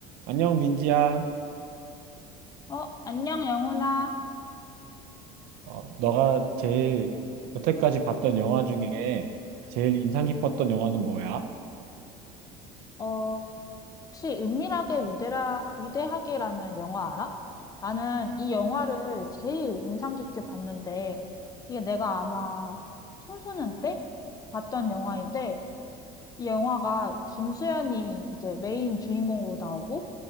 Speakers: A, on the right; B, on the left.
A: 안녕, 민지야.
B: 어, 안녕, 영훈아.
A: 어, 너가 제일 여태까지 봤던 영화 중에 제일 인상 깊었던 영화는 뭐야?
B: 어, 혹시 은밀하게 위대라, 위대하게라는 영화 알아? 나는 이 영화를 제일 인상 깊게 봤는데, 이게 내가 아마 청소년 때 봤던 영화인데, 이 영화가 김수현이 이제 메인 주인공으로 나오고,